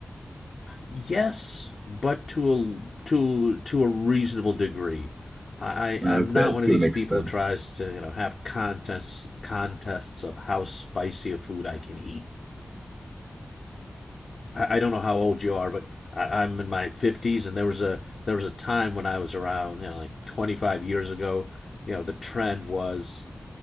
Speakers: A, on the left; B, on the right.
A: Yes, but to a to to a reasonable degree. I I-
B: Okay,
A: am not one of
B: to
A: these
B: an extent.
A: people who tries to you know have contests contests of how spicy a food I can eat. I, I don't know how old you are, but I, I'm in my fifties, and there was a there was a time when I was around you know like 25 years ago. You know the trend was